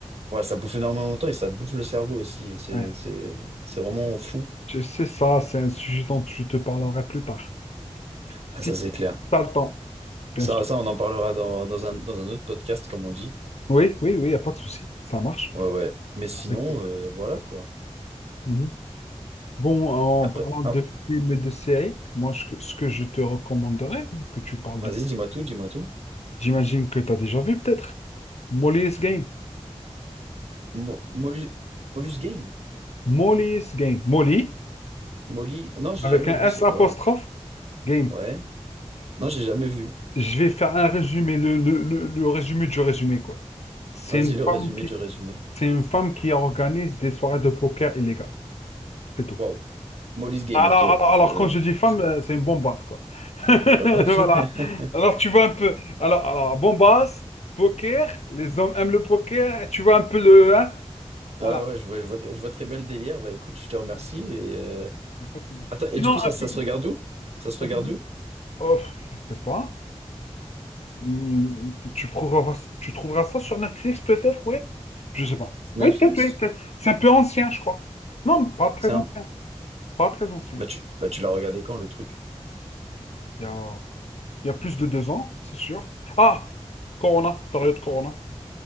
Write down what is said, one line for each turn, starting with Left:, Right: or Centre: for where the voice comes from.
Right: ouais, ça bouffe énormément de temps et ça te bouffe le cerveau aussi, c'est,
Left: Ouais.
Right: c'est, c'est vraiment fou.
Left: Je sais ça, c'est un sujet dont je te parlerai plus tard.
Right: Ah,
Left: Si
Right: ça c'est clair.
Left: t'as le temps, bien
Right: Ça,
Left: sûr.
Right: ça, on en parlera dans, dans un, dans un autre podcast, comme on dit.
Left: Oui, oui, oui, il n'y a pas de souci. Ça marche.
Right: Ouais, ouais. Mais sinon,
Left: Avec plaisir.
Right: euh, voilà quoi.
Left: Mhm. Bon, en
Right: Après,
Left: parlant de
Right: ah,
Left: films et de séries, moi, ce que, ce que je te recommanderais, vu que tu parles
Right: vas-y,
Left: de...
Right: dis-moi tout, dis-moi tout.
Left: J'imagine que tu as déjà vu peut-être. Molly's Game.
Right: Mo- Molus, Molus Game.
Left: Molly's Game. Molly,
Right: Molly. Non, j'ai
Left: avec
Right: jamais
Left: un
Right: vu,
Left: S
Right: c'est
Left: apostrophe
Right: quoi?
Left: Game,
Right: Ouais. Non, j'ai jamais vu.
Left: je vais faire un résumé, le, le- le- le résumé du résumé, quoi. C'est
Right: Vas-y,
Left: une
Right: le résumé
Left: femme qui,
Right: du résumé.
Left: c'est une femme qui organise des soirées de poker illégales. C'est tout.
Right: Waouh. Molly's Game,
Left: Alors,
Right: ok.
Left: alors,
Right: Je,
Left: alors, quand je dis femme,
Right: je-
Left: euh, c'est une bombasse, quoi. <laughs>
Right: euh, ok.
Left: Voilà.
Right: <laughs>
Left: Alors, tu vois un peu. Alors, alors, bombasse, poker, les hommes aiment le poker, tu vois un peu le. hein
Right: Ah
Left: Voilà.
Right: ouais, je vois, je vois, très je vois très bien le délire. Bah écoute, je te remercie.
Left: Bon,
Right: Et, euh,
Left: y a pas de souci.
Right: Attends, et
Left: Sinon,
Right: du coup, ça,
Left: un peu
Right: ça
Left: plus.
Right: se regarde où? Ça se regarde
Left: un peu plus.
Right: où?
Left: Oh, je sais pas. Hmm, Tu trouveras, tu trouveras ça sur Netflix, peut-être, oui? Je sais pas.
Right: Netflix?
Left: Oui, peut-être, oui, peut-être. C'est un peu ancien, je crois. Non, pas très
Right: C'est un...
Left: ancien. Pas très ancien.
Right: Bah tu, bah, tu l'as regardé quand, le truc?
Left: Il y a, il y a plus de deux ans, c'est sûr. Ah! Corona, période Corona.